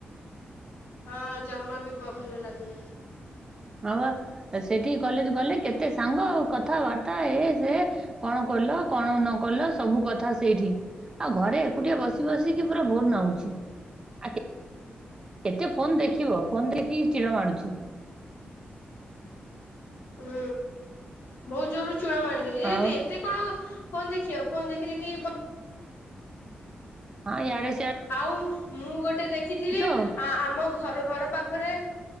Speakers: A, on the left; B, on the right.
A: ହଁ ଜମା ବି ବ ଭଲ ଲାଗୁନି।
B: ହଁ ପା ସେଠିକି କଲେଜ ଗଲେ କେତେ ସାଙ୍ଗ କଥାବାର୍ତ୍ତା ଏ ସେ। କଣ କଲ କଣ ନ କଲ ସବୁ କଥା ସେଇଠି। ଆଉ ଘରେ ଏକୁଟିଆ ବସି ବସିକି ପୁରା ବୋର ନାଗୁଛି। ଆ କେତେ ଫୋନ୍ ଦେଖିବ ଫୋନ ଦେଖିକି ଚିଡ ମାଡୁଛି।
A: ହୁଁ। ବହୁତ ଜୋରରୁ ଚୂଳ ମାରିନି
B: ଆଉ
A: ଯେ ଏତେ କଣ ଫୋନ୍ ଦେଖିବ ଫୋନ ଦେଖି ଦେଖି ବ
B: ହଁ ୟାଡେ
A: ଆଉ ମୁଁ ଗୋଟେ ଦେଖିଥିଲି
B: ଆଉ
A: ଆ ଆମ ଘ ଘର ଘର ପାଖରେ